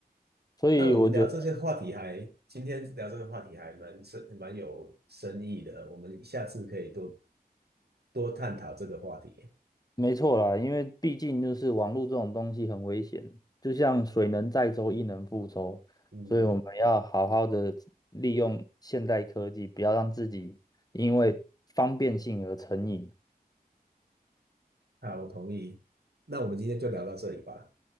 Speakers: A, on the left (about 25°); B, on the right (about 85°).
A: 所以我觉得。
B: 那我们聊这些话题还，今天聊这个话题还蛮深，蛮有深意的。我们下次可以多多探讨这个话题。
A: 没错啦，因为毕竟就是网络这种东西很危险，就像水能载舟，亦能覆舟，
B: 嗯，
A: 所以我们要好好的利用现代科技，不要让自己因为方便性而成瘾。
B: 好，我同意。那我们今天就聊到这里吧，